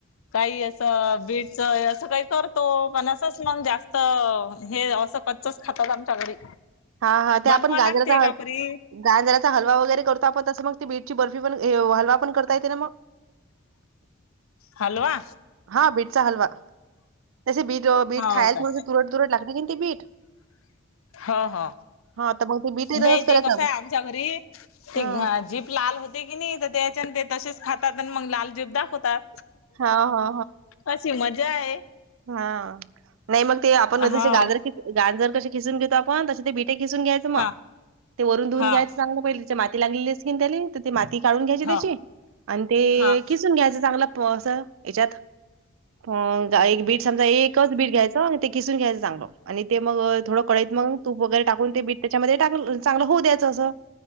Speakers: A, on the left; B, on the right.
A: काही असं, बीट चं असं काही करतो, पण असंच, मंग जास्त, हे असं कच्चच खातात, आमच्या घरी.
B: हा हा, ते
A: बनवा
B: आपण, गाजरचा
A: लागते का
B: ह
A: परी
B: गाजराचा हलवा, वगैरे करतो आपण, तसं मग ते बीटची बर्फी, पण ए व हलवा, पण करता येते ना, मग? <inaudible>
A: हलवा
B: हा बीटचा हलवा, तसे बीट अ, बीट
A: हो
B: खायला
A: का
B: ठे तुरट- तुरट लागते की, न ते बीठ.
A: हो हो,
B: हा तर मग बीटही तसंच
A: ते-
B: करायचं
A: ते कसं
B: आपण
A: य आमच्या घरी, ते
B: हा
A: <unintelligible> जी लाल होते की नही, त याच्यान, ते तसेच खा तात, अन मग लाल जीभ दाखवतात,
B: हा हा
A: अशी मजा ये.
B: हां, नही मग, ते आपण
A: हा
B: जसे गाजर कि गांजर कशी खिसून घेतो आपण, तसे ते बिट हि किसून घ्यायचं म,
A: हा
B: ते वरून धुऊून
A: हा
B: घ्यायच चांगलं, पहिले च्या माती लागलेली, स्किन त्याले. त ते माती काढून घ्यायची
A: हा
B: त्याची, अन ते
A: हा
B: किसून घ्यायचं, चांगलं प असं. याच्यात, प <unintelligible> बीट समजा एकच बीट घ्यायचं आणि ते किसून घ्यायचं चांगल आणि ते मग थोडं कढईत मग. तूप वगैरे टाकून ते बीट त्याच्यामध्ये चांगलं होऊ द्यायचं असं.